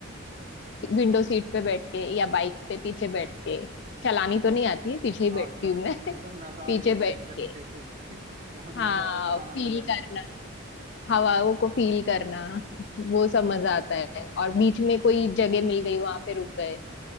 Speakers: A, on the left; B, on the right.
A: विंडो सीट पे बैठ के या बाइक पे पीछे बैठ के चलानी तो
B: अ-
A: नहीं आती है पीछे ही
B: हाँ
A: बैठती
B: अच्छा
A: हूँ मैं <laughs>
B: मतलब नज़ारे
A: पीछे
B: लेना
A: बैठ
B: एक तरीके
A: के
B: से <laughs> न-
A: हाँ
B: नज़ारों का आनंद
A: फील
B: लेना
A: करना हवाओं को फील करना वो सब मजा आता है और बीच में कोई जगह मिल गई वहां पे रुक गए